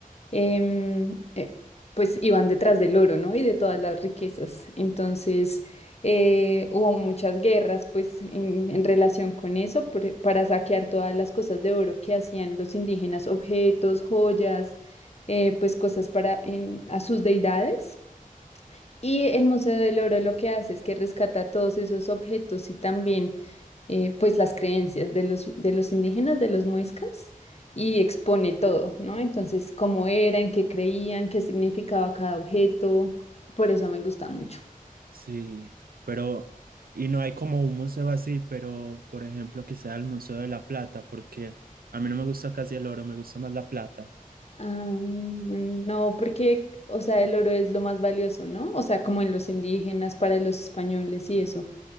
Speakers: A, on the left; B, on the right.
A: em, eh, pues iban detrás del oro, ¿no? Y de todas las riquezas. Entonces, eh, hubo muchas guerras, pues, en, en relación con eso, por- para saquear todas las cosas de oro que hacían los indígenas, objetos, joyas, eh, pues cosas para en- a sus deidades. Y el Museo del Oro lo que hace es que rescata todos esos objetos y también eh, pues las creencias de los, de los indígenas, de los muiscas, y expone todo, ¿no? Entonces, cómo eran, qué creían, qué significaba cada objeto, por eso me gusta mucho.
B: Sí, pero... Y no hay como un museo así, pero por ejemplo que sea el Museo de la Plata, porque a mí no me gusta casi el oro, me gusta más la plata.
A: Ah, no, porque, o sea, el oro es lo más valioso, ¿no? O sea, como en los indígenas, para los españoles y eso.